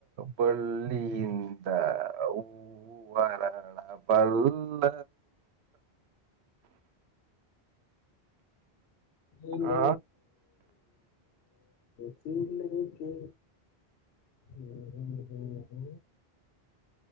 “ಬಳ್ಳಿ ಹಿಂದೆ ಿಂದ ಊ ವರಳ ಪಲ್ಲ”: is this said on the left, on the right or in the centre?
Right